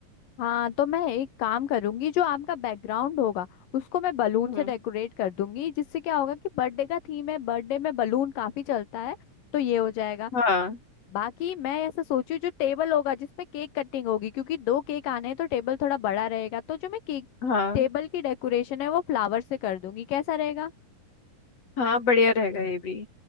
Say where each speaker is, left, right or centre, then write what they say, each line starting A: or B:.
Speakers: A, on the left; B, on the left.
A: हाँ तो मैं एक काम करूंगी जो आपका बैकग्राउंड होगा उसको मैं बलून
B: हम्म
A: से डेकोरेट कर दूंगी जिससे क्या होगा कि बर्थडे का थीम है बर्थडे में बलून काफी चलता है तो ये हो जाएगा
B: हाँ
A: बाकी मैं ऐसा सोची जो टेबल होगा जिसपे केक कटिंग होगी क्योंकि दो केक आने हैं तो टेबल थोड़ा बड़ा रहेगा तो जो मैं केक
B: हाँ
A: टेबल की डेकोरेशन है वो फ्लावर से कर दूंगी कैसा रहेगा
B: हाँ बढ़िया रहेगा ये भी